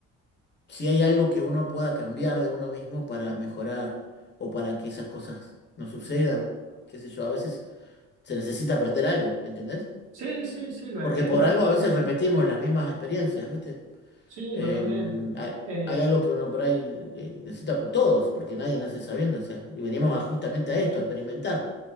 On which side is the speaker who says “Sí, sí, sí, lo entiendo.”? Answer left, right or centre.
Right